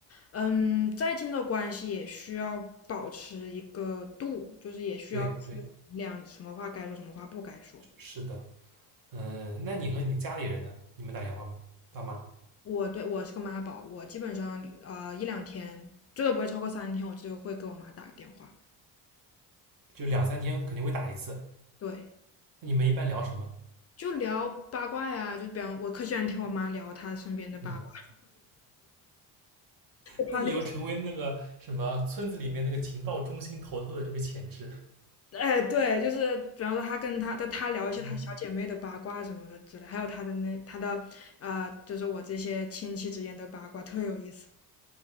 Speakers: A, on the left (about 40°); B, on the right (about 55°).
A: 嗯，再近的关系也需要保持一个度，就是也需要去衡量什么话该说，
B: 对对
A: 什么话不该说。
B: 是的。嗯，那你和你家里人呢？你们打电话吗？爸妈
A: 我对我是个妈宝，我基本上呃一两天，最多不会超过三天，我就会给我妈打个电话。
B: 就两三天肯定会打一次。
A: 对，
B: 那你们一般聊什么？
A: 就聊八卦呀，就比方我可喜欢听我妈聊她身边的八卦，
B: 嗯，
A: 就她那
B: 那你又成为那个什么村子里面那个情报中心头头的这个潜质。
A: 哎，对，就是比方说他跟他就他聊一些他小姐妹的八卦什么的之类，
B: 嗯，
A: 还有他的那他的啊、呃就是我这些亲戚之间的八卦，特有意思。